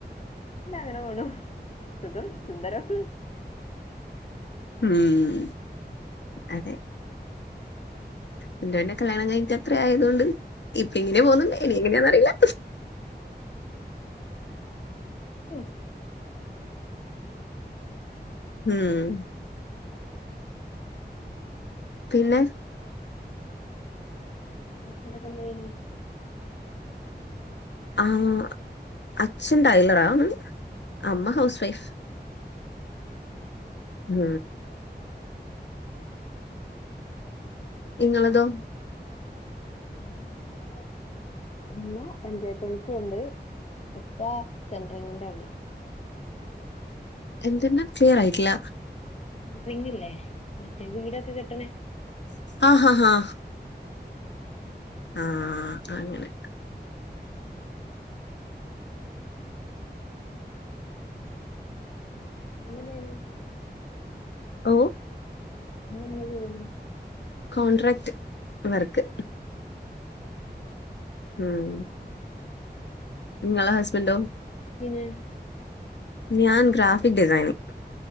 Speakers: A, on the left; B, on the left.
A: എന്താങ്ങനെ പോണു സുഖം സുന്ദരം
B: ഉം അതെ എന്റെ പിന്നെ കല്യാണം കഴിട്ഞ്ഞിട്ട് അത്ര ആയതുകൊണ്ട് ഇപ്പിങ്ങനെ പോന്നൊണ്ട് ഇനി എങ്ങനെയാന്നറിയില്ല
A: നല്ലതിന് പോട്ടെ
B: ഉം പിന്നെ
A: അമ്മ അച്ചനൊക്കെ എന്ത് ചെയ്യണ്
B: ആഹ് അച്ഛൻ ടൈലറാണ് അമ്മ ഹൗസ് വൈഫ്
A: ഉം
B: ഉം നിങ്ങളതോ
A: എന്റെ ഉമ്മ പഞ്ചായത്ത് പണിക്ക് പോണ്ണ്ട് ഉപ്പ സെൻട്രിങ്ങിന്റെ പണി
B: എന്ത്‌ന്ന ക്ലിയറായിട്ടില്ല
A: ഹെൻട്രിങ്ങില്ലേ മറ്റേ വീടൊക്കെ കെട്ടണേ
B: ആഹ് ആഹ് ആഹ് ആഹ് അങ്ങനെ
A: ഹസ്ബന്റ് എന്താ ചെയ്യണേ
B: ഓഹ്
A: ഹസ്ബന്റ് എന്താ ചെയ്യുന്നെ
B: കോൺട്രാക്ട് വർക്ക് ഉം നിങ്ങളെ ഹസ്ബന്റോ
A: ഡിന്നെ
B: ഞാൻ ഗ്രാഫിക് ഡിസൈനിംങ്ങ്